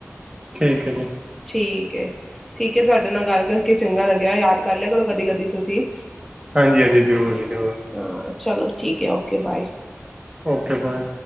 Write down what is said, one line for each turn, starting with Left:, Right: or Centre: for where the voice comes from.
Right: ਠੀਕ ਹੈ ਜੀ
Centre: ਠੀਕ ਹੈ ਠੀਕ ਹੈ ਤੁਹਾਡੇ ਨਾਲ ਗੱਲ ਕਰਕੇ ਚੰਗਾ ਲੱਗਿਆ ਯਾਦ ਕਰ ਲਿਆ ਕਰੋ ਕਦੀ ਕਦੀ ਤੁਸੀਂ
Right: ਹਾਂਜੀ ਹਾਂਜੀ ਜ਼ਰੂਰ ਜੀ ਜ਼ਰੂਰ
Centre: ਹਾਂ ਚਲੋ ਠੀਕ ਹੈ ਓਕੇ ਬਾਏ
Right: ਕਿਰਪਾ ਹੈ